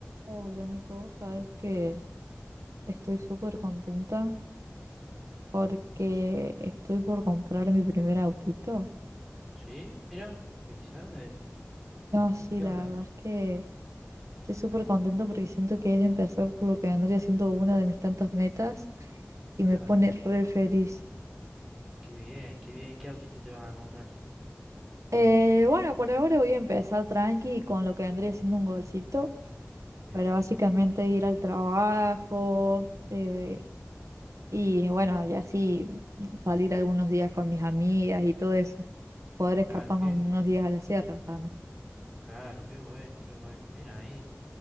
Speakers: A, on the right; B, in the centre.
A: Hola Nico, sabes que estoy súper contenta porque
B: Sí,
A: estoy por comprar mi primer autito.
B: sí, mira, felicidades.
A: No, sí,
B: ¿Y qué
A: la
B: onda?
A: verdad es que estoy súper contenta porque siento que es empezar por lo que vendría siendo una de mis tantas metas y
B: Claro,
A: me pone re feliz.
B: qué bien, qué bien. ¿Qué autito te vas a comprar?
A: Eh, bueno, por ahora voy a empezar tranqui con lo que vendría siendo un golcito
B: Bien,
A: para básicamente ir al trabajo, eh, Y bueno, y así salir algunos días con mis amigas y todo eso. Poder escaparnos
B: claro, qué bien.
A: unos días a la sierra también.
B: Claro, qué bueno, qué bueno. Bien ahí.